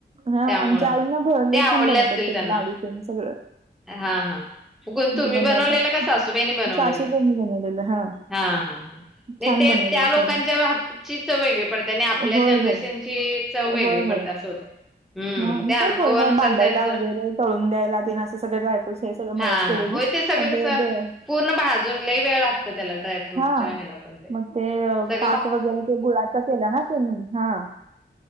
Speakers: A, on the right (about 35°); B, in the centre.
A: हा
B: त्यामुळं
A: आमच्या आईना भरले
B: ते आवडले
A: छान बनवतात
B: असतील
A: त्यांनी
B: त्यांना
A: लाडू तेन सगळं
B: हा हा कोन तुम्ही
A: ते बनवतात.
B: बनवलेलं का सासू? तुम्ही आणि बनवलेलं
A: सासूबाईंनी बनवलेलं हां
B: हा हा हा हे
A: छान
B: ते,
A: बनवलेलं
B: त्या लोकांच्या
A: त्यांनी.
B: हात ची सवय काय? पण त्याने आपल्या
A: होय,
B: जनरेशनची
A: होय.
B: चव वेगळी
A: होय, होय.
B: पडते, असं होते. हम्म
A: मग मी
B: त्या
A: पण
B: अनुभवानुसार
A: थोडंफार बांधायला
B: त्यांचं
A: वगेरे, तळून द्यायला दिन असे सगळे ड्रायफ्रूट्स. ते सगळं
B: हा
A: मदत केलेली,
B: हा होय ते सगळं
A: पण हे
B: कसं
A: बघ
B: पूर्ण भाजून लई वेळ लागतं त्याला ड्रायफ्रूटच्या
A: हां.
B: ह्याला पण ते-
A: मग अ,
B: सै
A: पाक वगरे ते गुळाचा केला ना तुम्ही? हा,